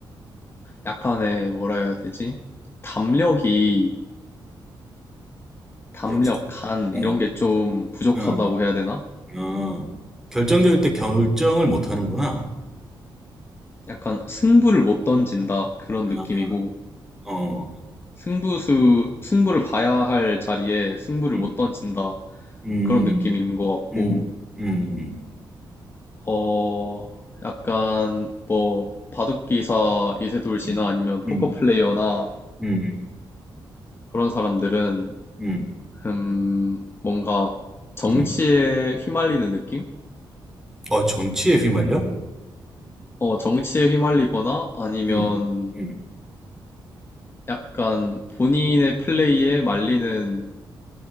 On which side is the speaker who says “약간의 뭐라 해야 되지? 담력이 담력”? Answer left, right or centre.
Left